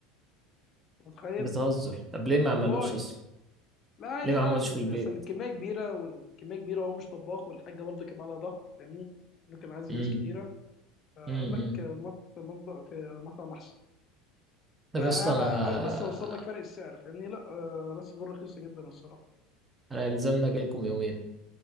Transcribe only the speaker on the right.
بتهزر طب ليه ما
عملوش أصلا؟
ليه ما
عملوش
في البيت؟
مم.
مم.
مم.
طب
يا اسطى
أنا
أنا يلزمنا أجيلكم يومين